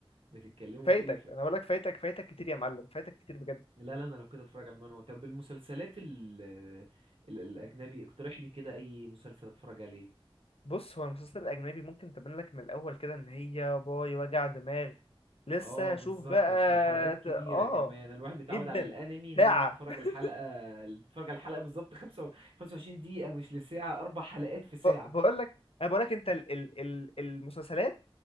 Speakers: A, on the right; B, on the left.
A: بتتكلموا
B: فايتك
A: في ايه ف...
B: انا بقول لك فايتك فايتك كتير يا معلم فايتك كتير بجد
A: لا لا انا لو كده اتفرج على المانهوا طب المسلسلات ال... ال- الاجنبي اقترح لي كده اي مسلسل اتفرج عليه
B: بص هو المسلسل الاجنبي ممكن تبان لك من الاول كده ان هي باي وجع دماغ لسه
A: اه بالظبط
B: شوف بقى
A: عشان الحلقات كبيرة
B: ت- اه
A: كمان الواحد متعود
B: جدا
A: على الانمي ان
B: ساعة
A: هو بيتفرج
B: <laughs>
A: الحلقة اللي بيتفرج على الحلقة بالظبط 25 دقيقة مش لساعة اربع حلقات في ساعة
B: بقول لك انا بقول لك انت ال ال ال المسلسلات